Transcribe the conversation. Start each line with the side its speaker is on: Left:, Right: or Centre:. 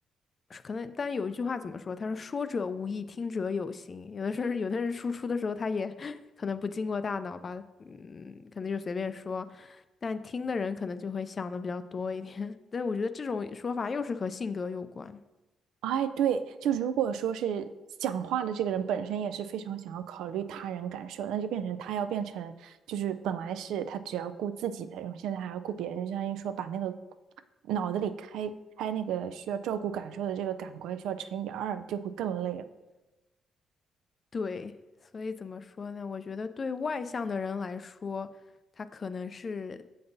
Left: 是可能，但有一句话怎么说？他说“说者无意，听者有心”。有的时候，有的人输出的时候，他也 <laughs> 可能不经过大脑吧，嗯，可能就随便说。但听的人可能就会想的比较多一点。<laughs> 但我觉得这种说法又是和性格有关。
Right: 哎，对，就如果说是讲话的这个人本身也是非常想要考虑他人感受，那就变成他要变成就是本来是他只要顾自己的，然后现在还要顾别人，就相当于说把那个脑子里开开那个需要照顾感受的这个感官需要乘以二，就会更累了。
Left: 对，所以怎么说呢？我觉得对外向的人来说，他可能是